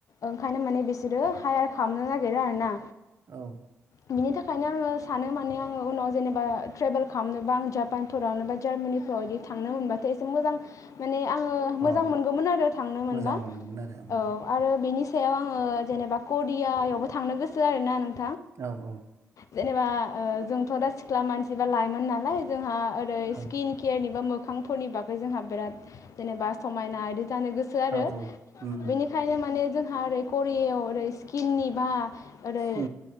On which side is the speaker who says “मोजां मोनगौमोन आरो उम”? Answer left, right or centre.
Right